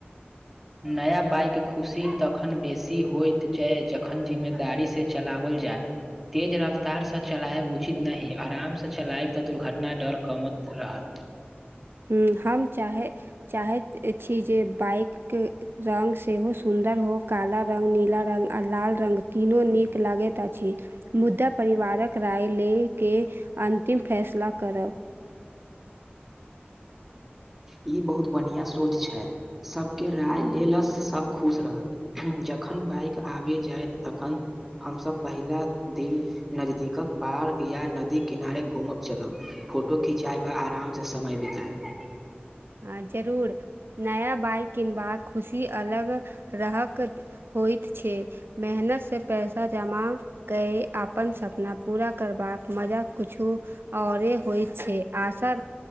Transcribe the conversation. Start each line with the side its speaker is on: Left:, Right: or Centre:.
Right: <inaudible>
Centre: नया बाइक खुशी तखन बेसी होइत छै जखन जिम्मेदारीसँ चलाओल जाय तेज रफ्तारसँ चलायब उचित नहि आरामसँ चलायब तऽ दुर्घटना डर कमत रहत
Right: हुम् हम चाहे चाहैत छी जे बाइक के रंग सेहो सुन्दर हो काला रंग नीला रंग आ लाल रंग तीनो नीक लगैत अछि मुद्दा परिवारक राय लेके अन्तिम फैसला करब
Centre: ई बहुत बढ़िया सोच छै सबके राय लेल स सब खुश रहत जखन बाइक आबे जायत तखन हमसब पहिला दिन नजदीकक पार्क या नदी किनारे घूमब चलब फोटो खिचाय वा आराम से समय बिताए
Right: आ जरूर नया बाइक किनबाक खुशी अलग रहक होइत छै मेहनतसँ पैसा जमा केय अपन सपना पूरा करबाक मजा किछू औरे होइ छै आशा